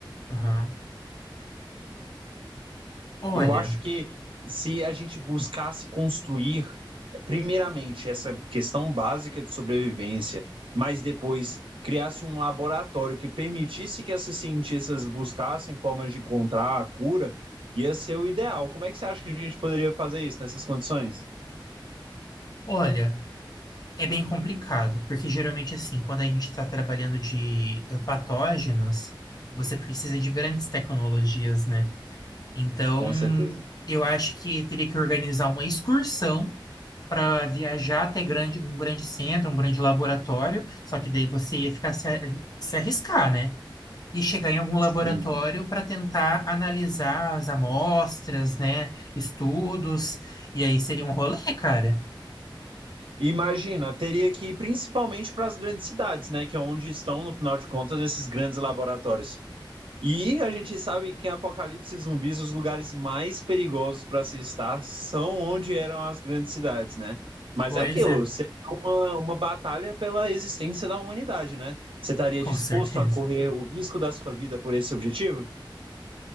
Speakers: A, on the left; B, on the right.
A: Aham. Olha,
B: Eu acho que se a gente buscasse construir, primeiramente, essa questão básica de sobrevivência, mas depois criasse um laboratório que permitisse que esses cientistas buscassem formas de encontrar a cura, ia ser o ideal. Como é que você acha que a gente poderia fazer isso nessas condições?
A: olha, é bem complicado, porque geralmente assim, quando a gente está trabalhando de eh, patógenos, você precisa de grandes tecnologias, né? Então,
B: Com certeza.
A: eu acho que teria que organizar uma excursão para viajar até grande, um grande centro, um grande laboratório, só que daí você ia ficar se, a- se arriscar, né? e chegar em algum laboratório
B: Sim.
A: para tentar analisar as amostras, né? Estudos. E aí seria um rolê, cara.
B: Imagina, teria que ir principalmente para as grandes cidades, né? Que é onde estão, no final de contas, esses grandes laboratórios. E a gente sabe que em apocalipse zumbis, os lugares mais perigosos para se estar são onde eram as grandes cidades, né? Mas
A: Pois
B: é aquilo,
A: é,
B: seria uma, uma batalha pela existência da humanidade, né? Você estaria
A: com
B: disposto
A: certeza.
B: a correr o risco da sua vida por esse objetivo?